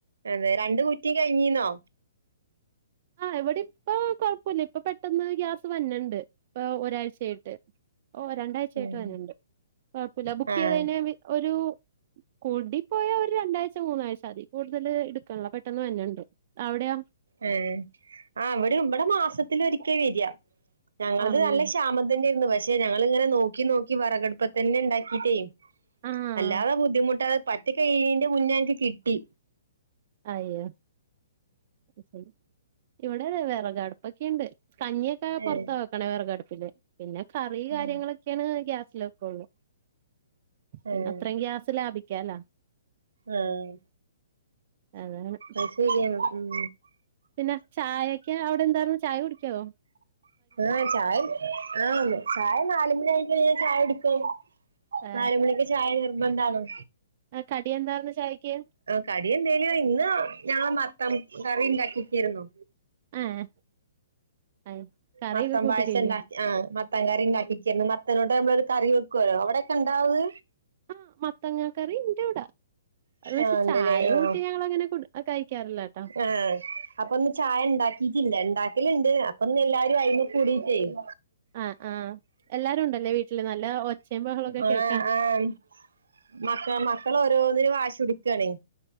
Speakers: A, on the right; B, on the right.
A: അതെ രണ്ട കുറ്റിയും കഴിഞ്ഞീന്നോ?
B: ഇവിടെ ഇപ്പ കുഴപ്പില്ല ഇപ്പ പെട്ടെന്ന് ഗ്യാസ് വന്നണ്ട് ഇപ്പ ഒരാഴ്ച ചേട്ട് ഓ രണ്ടാഴ്ചേട്ട്
A: ഉം
B: വരുന്നുണ്ട് കുഴപ്പില്ല ബുക്ക്
A: ആഹ്
B: ചെയ്ത് കഴിഞ്ഞ ഒരു- കുടിപ്പോയാ ഒരു രണ്ടാഴ്ച മൂന്നാഴ്ച അതി കൂടുതൽ എടുകണില്ലാ പെട്ടെന്ന് വരുണുണ്ട് അവിടെയാ
A: ഉം ആഹ് ഇവിടെ ഇവിടെ മാസത്തിലൊരിക്ക വരിക ഞങ്ങളത്
B: ആണല്ലേ
A: നല്ല ക്ഷാമം തന്നെയായിരുന്നു പക്ഷെ ഞങളിങ്ങനെ നോക്കി നോക്കി വെറകടുപ്പി തന്നെ ഉണ്ടാക്കിയിട്ടേ
B: ആഹ്
A: അല്ലാതെ ബുദ്ധിമുട്ടാതെ പറ്റി കയീന്റെ മുന്നേ ഞങ്ങക്ക് കിട്ടി
B: അയ്യോ ശരി ഇവിടെ വിറകടപ്പൊക്കെ ഉണ്ട് കഞ്ഞിയൊക്കെ പുൊറത്ത
A: ഏഹ്
B: വെക്കണേ വിറകടപ്പില് പിന്നെ കറി കാര്യങ്ങളൊക്കെയാണ്
A: ഏഹ്
B: ഗ്യാസിലൊക്കെള്ളൂ പിന്നെ
A: ഏഹ്
B: അത്രയും ഗ്യാസ് ലാഭിക്കല്ലാ
A: ആഹ്
B: അതാണ്
A: അയ്ശരിയാണ് ഉം
B: പിന്നെ ചായൊക്കെ അവിടെ എന്തായിരുന്നു ചായ കുടിക്കാവോ
A: ആഹ് ചായ ആഹ് ചായ നാലുമണി ആയി കഴിഞ്ഞ ചായ എടുക്ക
B: ആ
A: നാല മണിക്ക് ചായ നിർബന്ധണോ
B: ആഹ് കടി എന്താര്ന്ന് ചായക്ക്‌
A: കടി എന്തേലോ ഇന്ന് ഞങ്ങള് മത്തം കറി ഉണ്ടാക്കിയിടട്ടിരുന്നു.
B: ആഹ് ആയി കറിയൊക്കെ
A: മത്തം
B: കൂട്ട
A: പായസം
B: കഴിഞ്ഞു
A: ഇണ്ടാക്കി ആഹ് മത്താകറി ഉണ്ടാക്കിന്ന് മത്തനോട്ട നമ്മളൊ ഒരു കറി വെക്കുവല്ലോ അവിടെൊക്കെ ഉണ്ടാവത്
B: ആഹ് മത്തങ്ങ കറി ഇന്റെ ഇവിട അത് വെച്ച്
A: ആഹ് ഇണ്ട്ല്ലേ
B: ചായ
A: ആഹ്
B: കൂട്ടി ഞങ്ങ അങ്ങനെ കഴിക്കാറില്ലട്ടോ
A: ആഹ് അപ്പൊ ഒന്ന് ചായ ഉണ്ടാക്കിട്ടില്ല ഉണ്ടാക്കലണ്ട് അപ്പൊന്ന് എല്ലാരും അഴ കൂടി ചെയ്യും
B: ആഹ് ആഹ് എല്ലാരും ഉണ്ടല്ലേ വീട്ടില് നല്ല ഒച്ചയും ബഹളൊക്കെ
A: ആഹ്
B: കേക്കാം
A: ആഹ് മക്ക മക്കള ഓരോന്നിന് വാശിയുടിക്കണെ